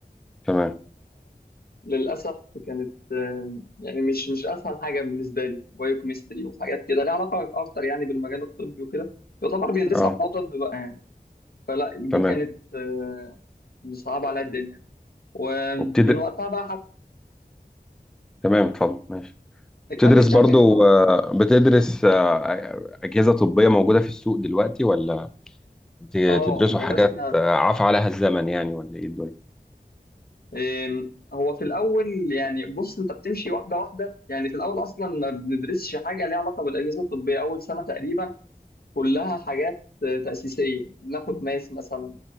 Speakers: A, in the centre; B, on the left.
A: تمام
B: للاسف كانت آم، يعني مش مش اسهل حاجه بالنسبه لي بايوكيمستري وحاجات كده ليها علاقه اكتر يعني بالمجال الطبي وكده يعتبر بيدرسها
A: اه
B: بتوع طب بقى يعني فلا دي
A: تمام
B: كانت آه، صعبه على الدنيا ومن
A: وبتدرس
B: وقتها بقى
A: تمام اتفضل ماشي بتدرس
B: كمل كمل
A: برضو
B: انت قلت
A: آه، بتدرس آه، أجهزة طبية موجودة في السوق دلوقتي ولا بتدرسوا
B: اه درسنا
A: حاجات آه، عفى عليها الزمن يعني ولا إيه الدنيا؟
B: آم، هو في الاول يعني بص انت بتمشي واحده واحده يعني في الاول اصلا ما بندرسش حاجه ليها علاقه بالاجهزه الطبيه اول سنه تقريبا كلها حاجات آه، تاسيسيه بناخد ماس مثلا